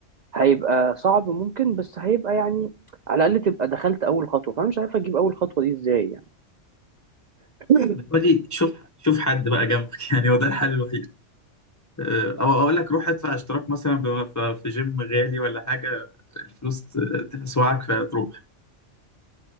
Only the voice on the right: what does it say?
هيبقى صعب ممكن بس هيبقى يعني على الأقل تبقى دخلت أول خطوة فأنا مش عارف أجيب أول خطوة دي إزاي يعني <coughs>